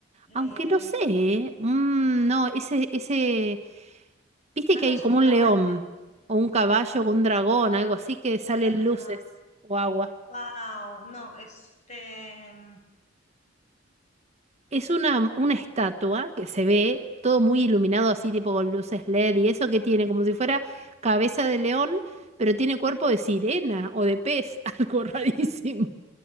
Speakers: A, on the left; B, on the right.
A: Eh,
B: aunque no sé, ¿eh? Mm, no, ese, ese, viste
A: ah,
B: que
A: no,
B: hay
A: eso
B: como
A: es un
B: un
A: caballo.
B: león o un caballo o un dragón,
A: Bueno,
B: algo así que salen
A: no ha terminado.
B: luces o agua.
A: Wow, no, este, mm,
B: Es una, una estatua que se ve todo muy iluminado así, tipo con luces LED y eso que tiene, como si fuera cabeza de león, pero tiene cuerpo de sirena o de pez, <laughs> algo rarísimo.